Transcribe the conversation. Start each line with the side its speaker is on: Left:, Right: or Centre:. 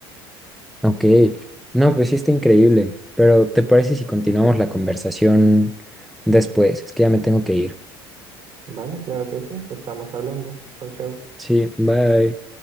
Centre: Ok, no, pues sí está increíble, pero ¿te parece si continuamos la conversación después? Es que ya me tengo que ir.
Right: Vale, claro que sí, estamos hablando. Chau, chau.
Centre: Sí, bye.